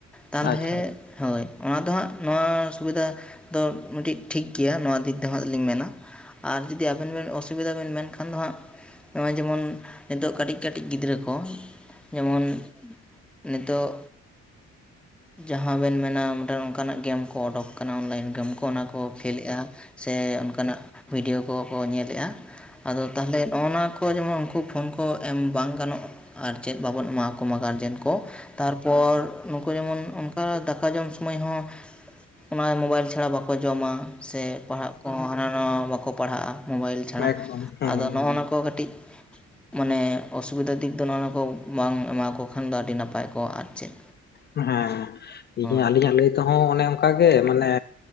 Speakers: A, in the centre; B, on the left.
A: ᱛᱟᱞᱦᱮ
B: ᱟᱪᱪᱷᱟ
A: ᱦᱳᱭ ᱚᱱᱟ ᱫᱚ ᱦᱟᱸᱜ ᱱᱚᱣᱟ ᱥᱩᱵᱤᱫᱟ ᱫᱚ ᱢᱤᱫᱴᱤᱡ ᱴᱷᱤᱠ ᱜᱮᱭᱟ ᱱᱚᱣᱟ ᱫᱤᱠ ᱫᱤᱭᱮ ᱦᱟᱸᱜ ᱫᱚᱞᱤᱧ ᱢᱮᱱᱟ᱾ ᱟᱨ ᱡᱩᱫᱤ ᱟᱵᱮᱱ ᱵᱮᱱ ᱚᱥᱩᱵ ᱥᱩᱵᱤᱫᱷᱟ ᱵᱮᱱ ᱢᱮᱱᱠᱷᱟᱱ ᱫᱚ ᱦᱟᱸᱜ ᱱᱚᱜᱼᱚᱭ ᱡᱮᱢᱚᱱ ᱱᱤᱛᱳᱜ ᱠᱟᱹᱴᱤᱡ ᱠᱟᱹᱴᱤᱡ ᱜᱤᱫᱽᱨᱟᱹ ᱠᱚ ᱡᱮᱢᱚᱱ ᱱᱤᱛᱚᱜ ᱡᱟᱦᱟᱸ ᱵᱮᱱ ᱢᱮᱱᱟ ᱚᱰᱮᱱ ᱚᱱᱠᱟᱱᱟᱜ ᱜᱮᱢ ᱠᱚ ᱚᱰᱳᱠ ᱟᱠᱟᱱᱟ ᱚᱱᱞᱟᱭᱤᱱ ᱜᱮᱢ ᱠᱚ᱾ ᱚᱱᱟ ᱠᱚ ᱠᱷᱮᱞᱮᱜᱼᱟ ᱥᱮ ᱚᱱᱠᱟᱱᱟᱜ ᱵᱷᱤᱰᱤᱭᱳ ᱠᱚᱠᱚ ᱧᱮᱞᱮᱜᱼᱟ᱾ ᱟᱫᱚ ᱛᱟᱦᱚᱞᱮ ᱱᱚᱜᱼᱱᱟ ᱠᱚ ᱠᱚ ᱡᱮᱢᱚᱱ ᱩᱱᱠᱩ ᱯᱷᱳᱱ ᱠᱚ ᱮᱢ ᱵᱟᱝ ᱜᱟᱱᱚᱜ ᱟᱨ ᱪᱮᱫ ᱵᱟᱵᱚᱱ ᱮᱢᱟᱠᱚ ᱢᱟ ᱜᱟᱨᱡᱮᱱ ᱠᱚ᱾ ᱛᱟᱨᱯᱚᱨ ᱱᱩᱠᱩ ᱡᱮᱢᱚᱱ ᱚᱱᱠᱟ ᱫᱟᱠᱟ ᱡᱚᱢ ᱥᱩᱢᱟᱹᱭ ᱦᱚᱸ ᱚᱱᱟ ᱢᱳᱵᱟᱭᱤᱞ ᱪᱷᱟᱲᱟ ᱵᱟᱠᱚ ᱡᱚᱢᱟ᱾ ᱥᱮ ᱯᱟᱲᱦᱟᱜ ᱠᱚᱦᱚᱸ ᱦᱟᱱᱟ ᱱᱟᱣᱟ ᱵᱟᱠᱚ ᱯᱟᱲᱦᱟᱜᱼᱟ᱾ ᱢᱳᱵᱟᱭᱤᱞ ᱪᱷᱟᱲᱟ
B: ᱮᱠᱫᱚᱢ ᱦᱩᱸ
A: ᱟᱫᱚ ᱱᱚᱜᱼᱚ ᱱᱟ ᱠᱚ ᱠᱚ ᱠᱟᱹᱴᱤᱡ ᱢᱟᱱᱮ ᱚᱥᱩᱵᱤᱫᱟ ᱫᱤᱠ ᱫᱚ ᱱᱚᱜᱼᱚ ᱱᱟ ᱠᱚ ᱵᱟᱝ ᱮᱢᱟᱠᱚ ᱠᱷᱟᱱ ᱫᱚ ᱟᱹᱰᱤ ᱱᱟᱯᱟᱭ ᱠᱚᱼᱟ ᱟᱨ ᱪᱮᱫ᱾
B: ᱦᱮᱸ ᱤᱧᱟ
A: ᱦᱳᱭ
B: ᱟᱹᱞᱤᱧᱟᱜ ᱞᱟᱹᱭ ᱛᱮᱦᱚᱸ ᱚᱱᱮ ᱚᱱᱠᱟᱜᱮ ᱢᱟᱱᱮ᱾